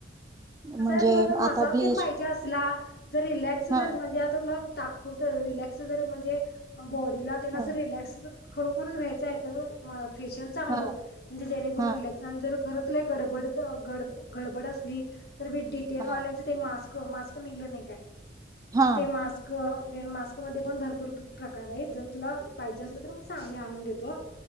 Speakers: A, on the left; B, on the right.
A: कसं
B: म्हणजे
A: आहे तुला जर मसाज
B: आता ब्लीच
A: पण पाहिजे असला, जर रिलॅक्स
B: हा
A: जर म्हणजे आता तुला - तात्पुरतं रिलॅक्स जरी म्हणजे अं बॉडीला त्यांनं
B: हा
A: असं रिलॅक्स खरोखरच घ्यायचं आहे तर म फेशियल चांगलं
B: हा
A: म्हणजे जेणे करून
B: हा
A: रिल्याक्शन जर खर लई गडबड तर गड गडबड असली तर मी डी टी एन
B: हा
A: वाल्यांचं ते मास्क क मास्क निघले नाही काय
B: हा
A: ते मास्क मास्क मध्ये पण भरपूर प्रकार आहेत जर तुला पाहिजे असले तर मी सांग मी आणून देतो.